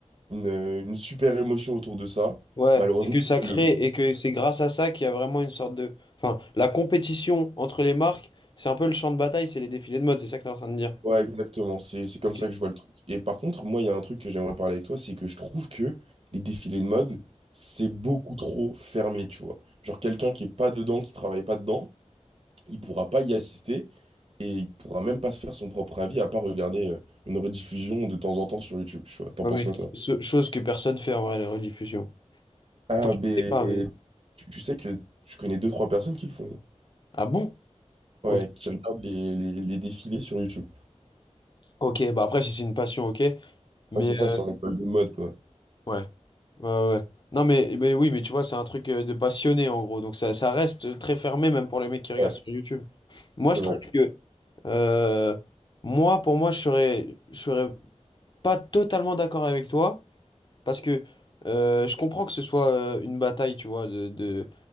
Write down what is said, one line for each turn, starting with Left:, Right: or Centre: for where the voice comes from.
Right: une, une super émotion autour de ça.
Left: ouais.
Right: Malheureusement,
Left: Et que ça crée,
Right: le
Left: et que c'est grâce à ça qu'il y a vraiment une sorte de... Enfin, la compétition entre les marques, c'est un peu le champ de bataille, c'est les défilés de mode, c'est ça que t'es en train de dire.
Right: Ouais, exactement. C'est, c'est comme
Left: Ok.
Right: ça que je vois le truc. Et par contre, moi, il y a un truc que j'aimerais parler avec toi, c'est que je trouve que les défilés de mode, c'est beaucoup trop fermé, tu vois. Genre, quelqu'un qui est pas dedans, qui travaille pas dedans, il pourra pas y assister et il pourra même pas se faire son propre avis à part regarder euh, une rediffusion de temps en temps sur YouTube, tu vois. T'en
Left: Ouais,
Right: penses
Left: mais
Right: quoi, toi?
Left: ce- chose que personne fait en vrai, les rediffusions.
Right: Ah,
Left: Enfin, je
Right: ben,
Left: sais pas, mais...
Right: tu tu sais que je connais deux, trois personnes qui le font. hein.
Left: Ah bon? Ok.
Right: Ouais, qui regardent les, les, les défilés sur YouTube.
Left: Ok, bah après, si c'est une passion, ok. Mais...
Right: Ouais, c'est ça,
Left: euh,
Right: c'est en école de mode, quoi.
Left: Ouais. Ouais, ouais. ouais. Non, mais, mais oui, mais tu vois, c'est un truc euh, de passionné, en gros. Donc ça, ça reste très fermé, même pour les mecs qui regardent
Right: Ouais,
Left: sur YouTube. Moi,
Right: c'est
Left: je
Right: vrai.
Left: trouve que... Euh, moi, pour moi, je serais, je serais pas totalement d'accord avec toi, parce que euh, je comprends que ce soit euh, une bataille, tu vois, de, de,